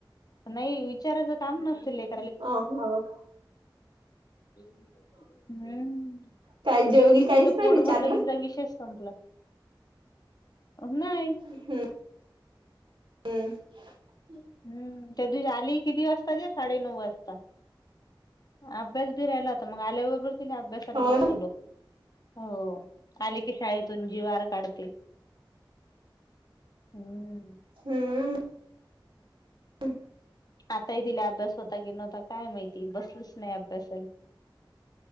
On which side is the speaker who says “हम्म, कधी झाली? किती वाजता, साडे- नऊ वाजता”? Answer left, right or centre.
Left